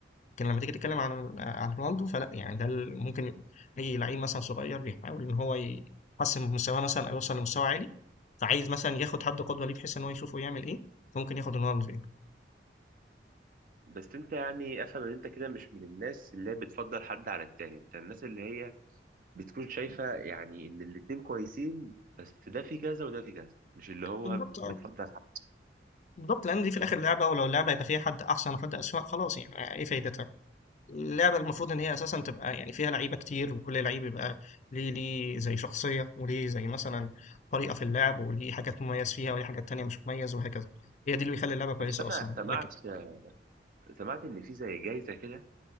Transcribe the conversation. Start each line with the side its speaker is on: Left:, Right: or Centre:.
Left: لكن لما تيجي تتكلم عن عن رونالدو فلا يعني ده ال- ممكن يبقى اي لعيب مثلا صغير بيحاول ان هو يحسن من مستواه مثلا او يوصل لمستوى عالي فعايز مثلا ياخد حد قدوه ليه بحيث ان هو يشوفه يعمل ايه فممكن ياخد رونالدو يعني
Right: بس انت يعني افهم ان انت كده مش من الناس اللي هي بتفضل حد على التاني انت الناس اللي هي بتكون شايفة يعني ان الاتنين كويسين بس ده في كذا وده في كذا مش اللي هو
Left: بالضبط اه
Right: بتفضل حد
Left: بالضبط لان دي في الاخر لعبه ولو اللعبه يبقى فيها حد احسن وحد اسوء خلاص يعني ايه فايدتها اللعبة المفروض إن هي أساسا تبقى يعني فيها لعيبة كتير وكل لعيب يبقى ليه ليه زي شخصية وليه زي مثلا طريقة في اللعب وليه حاجات مميز فيها وليه حاجات تانية مش مميز وهكذا هي دي اللي بيخلي اللعبة كويسة
Right: بس
Left: أصلا
Right: انا سمعت
Left: لكن
Right: سمعت ان في زي جايزة كده